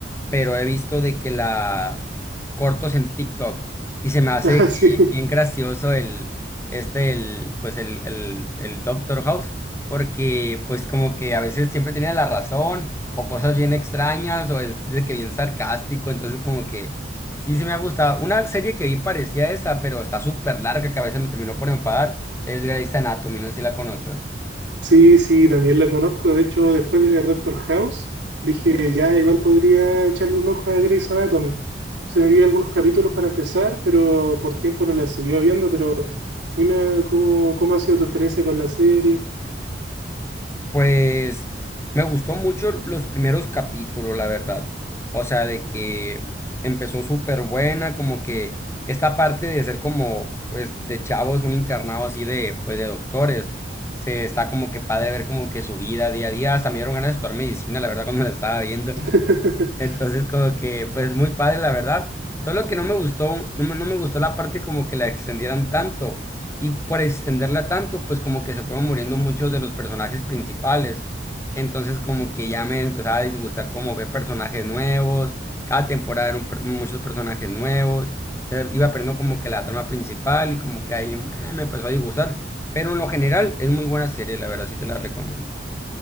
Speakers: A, on the left; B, on the right.
A: pero he visto de que la cortos en TikTok y se
B: <laughs>
A: me hace
B: Ah,
A: que
B: sí.
A: bien gracioso el, este, el, pues el, el, el Doctor House, porque pues como que a veces siempre tenía la razón o cosas bien extrañas o es de que bien sarcástico, entonces como que sí, sí me ha gustado. Una serie que vi parecía esa, pero está súper larga que a veces me terminó por enfadar es Grey's Anatomy, no sé si la conozcas.
B: Sí, sí, también la conozco. De hecho, después de ver Doctor House, dije, ya, igual podría echarle un ojo a Grey's Anatomy. Se me vi algunos capítulos para empezar, pero por tiempo no la seguía viendo. Pero dime cómo, cómo ha sido tu experiencia con la serie.
A: Pues me gustó mucho los primeros capítulos, la verdad. O sea, de que empezó súper buena, como que esta parte de ser como, pues, de chavos, un internado así de, pues, de doctores. Se está como que padre ver como que su vida día a día. Hasta me dieron ganas de estudiar medicina, la verdad, cuando la estaba viendo.
B: <laughs>
A: Entonces, como que, pues muy padre, la verdad. Solo que no me gustó, no me, no me gustó la parte como que la extendieran tanto. Y por extenderla tanto, pues como que se fueron muriendo muchos de los personajes principales. Entonces, como que ya me empezaba a disgustar como ver personajes nuevos. Cada temporada eran per- muchos personajes nuevos. Se iba perdiendo como que la trama principal y como que ahí eh, me empezó a disgustar. Pero en lo general es muy buena serie, la verdad, sí te la recomiendo.